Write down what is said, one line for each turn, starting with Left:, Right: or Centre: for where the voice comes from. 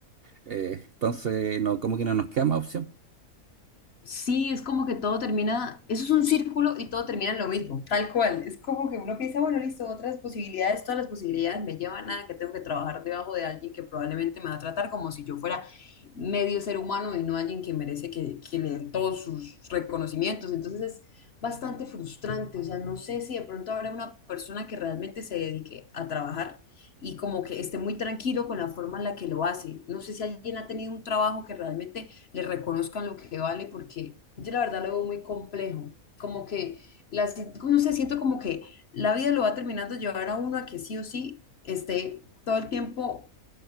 Right: Eh, entonces, no, como que no nos queda más opción.
Left: Sí, es como que todo termina, eso es un círculo y todo termina en lo mismo, tal cual. Es como que uno piensa, bueno, listo, otras posibilidades, todas las posibilidades me llevan a que tengo que trabajar debajo de alguien que probablemente me va a tratar como si yo fuera medio ser humano y no alguien que merece que, que le den todos sus reconocimientos. Entonces es bastante frustrante, o sea, no sé si de pronto habrá una persona que realmente se dedique a trabajar y como que esté muy tranquilo con la forma en la que lo hace. No sé si alguien ha tenido un trabajo que realmente le reconozcan lo que vale, porque yo la verdad lo veo muy complejo, como que, la, si- como no sé, siento como que la vida lo va terminando llevar a uno a que sí o sí esté todo el tiempo